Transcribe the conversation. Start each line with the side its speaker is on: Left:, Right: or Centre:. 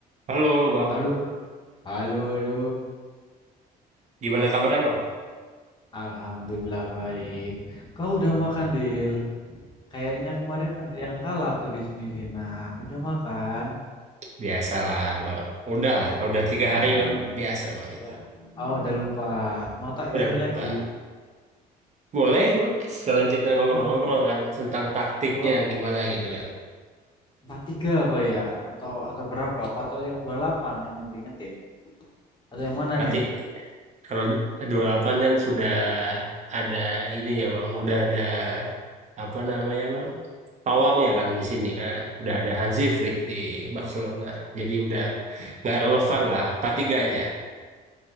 Right: Halo Bang,
Left: Halo bro. Halo, halo.
Right: gimana kabarnya Bang?
Left: Alhamdulillah baik. Kau udah
Right: Baik,
Left: makan,
Right: ya.
Left: Dil? Kayaknya kemarin ada yang kalah tuh di semifinal. Udah makan?
Right: Biasalah Bang, udah
Left: Oh,
Right: lah, udah tiga
Left: alah.
Right: hari kan biasa Bang
Left: udah.
Right: itu,
Left: Oh, udah lupa. Mau tak ingetin
Right: udah lupa.
Left: lagi?
Right: Boleh Bang, sekalian kita
Left: Ah,
Right: ngobrol-ngobrol
Left: Berapa?
Right: kan tentang taktiknya
Left: Berapa?
Right: gimana gitu kan.
Left: empat tiga apa ya? Atau atau berapa? Apa atau yang 28 yang mau diingetin? Atau yang mana
Right: Berarti
Left: nih?
Right: kalau du- 28 dan sudah ada ini ya Bang, udah ada apa namanya Bang? Pawangnya kan di sini kan, udah ada Hansi
Left: Oh,
Right: Flick di Barcelona, jadi udah
Left: iya.
Right: nggak relevan lah, 43 aja,